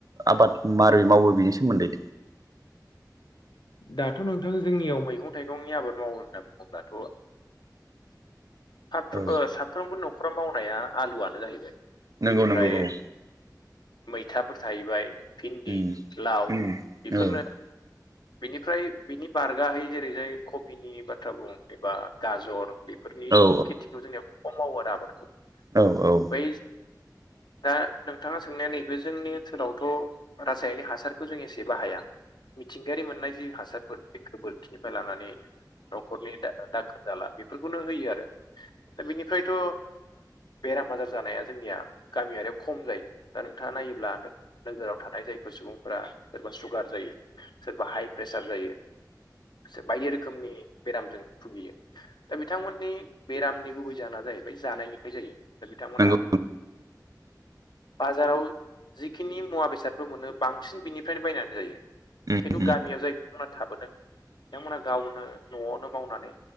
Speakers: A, on the right (about 55°); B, on the left (about 80°).
A: आबाद मै मावो बिनि सोमोन्दै
B: दाथ' नोंथां जोंनियाव मैगं थाइगंनि आबाद मावो होनना बुंजालाथ' साफ्र
A: औ
B: साफ्रोमबो न'खराव मावनाया आलुआनो जाहैबाय
A: नंगौ
B: बेनिफ्राय
A: नंगौ औ
B: मैथाफोर थाहैबाय भिन्दि
A: उम
B: लाव
A: उम
B: बेफोरनो बिनिफ्राय बिनि बारगहै जेरै जाय कफिनि बाथ्रा बुं एबा गाजर बेफोरनि
A: औ
B: खेथिखौ जोंनियाव खम मावो आरो आबादखौ
A: औ औ
B: बै दा नोंथांङा सोंनाया नैबे जोंनि ओनसोलावथ' रासायनिक हासारखौ जों एसे बाहाया? मिथिंगायारि मोननाय जि हासारफोर बे गोबोरखनिफ्राय लानानै न'खरनि दाखोर दाला बेफोरखौनो होयो आरो। दा बिनिफ्रायथ' बेराम आजार जानाया जोंनियाथ' गामियारियाव खम जायो। दा नोंथांङा नायोब्लानो नोगोराव थानाय जायफोर सुबुंफोरा सोरबा सुगार जायो। सोरबा हाइ प्रेसार जायो सोर बायदि रोखोमनि बेरामजों भुगियो दा बिथांमोननि बेरामनि गुबै जाहोना जाहैबाय जानायनिफ्राय जायो। दा बिथांमोना
A: नंगौ
B: बाजाराव जिखिनि मुवा बेसादफोर मोनो बांसिन बिनिफ्रायनो बायनानै जायो।
A: उम
B: खिन्थु
A: उम
B: गामियाव जाय बिथांमोना थाबोदों? बिथांमोनहा गावनो न'आवनो मावनानै